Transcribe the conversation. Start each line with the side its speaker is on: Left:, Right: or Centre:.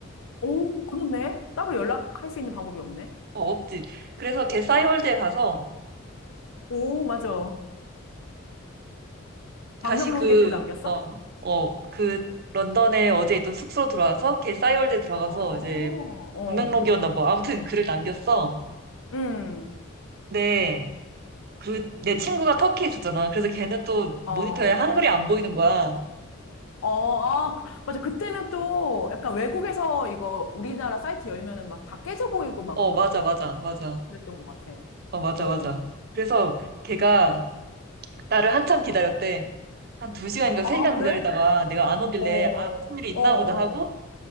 Left: 오, 그렇네. 따로 연락할 수 있는 방법이 없네.
Right: 어, 없지. 그래서 걔 싸이월드에
Left: <gasps>
Right: 가서
Left: 오, 맞아. 방명록에
Right: 다시 그,
Left: 글 남겼어?
Right: 어, 어, 그 런던에 어제 있던 숙소로 돌아와서 걔 싸이월드에 들어가서
Left: 어, 어.
Right: 이제 방명록이었나 뭐 아무튼 글을 남겼어.
Left: 음.
Right: 근데 그 내 친구가 터키에 있었잖아. 그래서 걔는 또
Left: 어.
Right: 모니터에 한글이 안 보이는 거야.
Left: 어, 아, 그, 맞아. 그때는 또 약간 외국에서 이거 우리나라 사이트 열면은 막 다 깨져 보이고 막
Right: 어,
Left: 그랬,
Right: 맞아, 맞아, 맞아.
Left: 그랬던 것 같아.
Right: 어, 맞아,
Left: 어.
Right: 맞아. 그래서 걔가 나를 한참 기다렸대. 한 두 시간인가 세
Left: 아,
Right: 시간
Left: 그래?
Right: 기다리다가 내가 안 오길래,
Left: 어, 어,
Right: 아, 무슨 일이 있나 보다 하고,
Left: 어.